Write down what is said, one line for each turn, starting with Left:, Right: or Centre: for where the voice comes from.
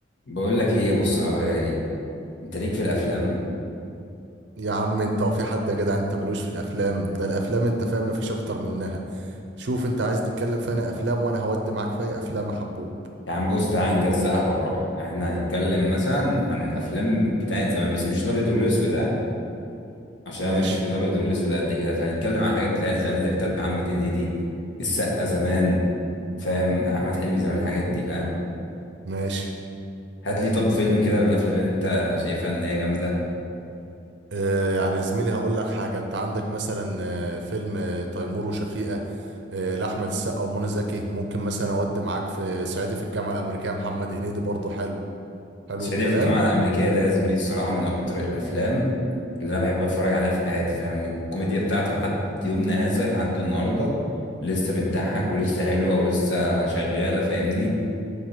Left: بقول لك ايه يا ابو الصحاب يا رايق انت ليك في الافلام
Right: يا عم انت هو في حد يا جدع انت ملوش في الافلام ده الافلام انت فاهم مفيش اكتر منها شوف انت عايز نتكلم في انا افلام وانا هودي معاك في اي افلام يا حبوب
Left: يا عم بص تعال نجزقها بالراحه احنا هنتكلم مثلا عن الافلام بتاعت زمان بس مش الابيض والاسود ده عشان
Right: ماشي
Left: أنا ماليش في الابيض والاسود قد كده فهنتكلم عن الحاجات بتاعت زمان زي بتاعت محمد هنيدي السقا زمان فاهم احمد حلمي زمان الحاجات دي فاهم
Right: ماشي
Left: هات لي طب فيلم كده من الافلام اللي انت شايفها ان هي جامده
Right: آه يعني يا زميلي هقول لك حاجه انت عندك مثلا آه، فيلم آه، تيمور وشفيقه آه لاحمد السقا ومنى زكي ممكن مثلا اودي معاك في صعيدي في الجامعه الامريكيه محمد هنيدي برضه حلو حلو
Left: صعيدي
Right: الكلام
Left: في الجامعة الأمريكية ده يا زميلي الصراحة من أكتر الأفلام اللي أنا بحب أتفرج عليها في حياتي فاهم والكوميديا بتاعته لحد يومنا هذا لحد النهاردة لسه بتضحك ولسه حلوة ولسه شغالة فاهمني